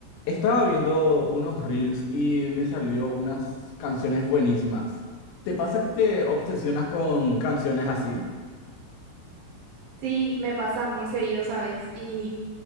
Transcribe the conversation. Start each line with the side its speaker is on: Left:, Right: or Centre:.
Left: Estaba viendo unos reels y me salió unas canciones buenísimas. ¿Te pasa que te obsesionas con canciones así?
Right: Sí, me pasa muy seguido, ¿sabes? Y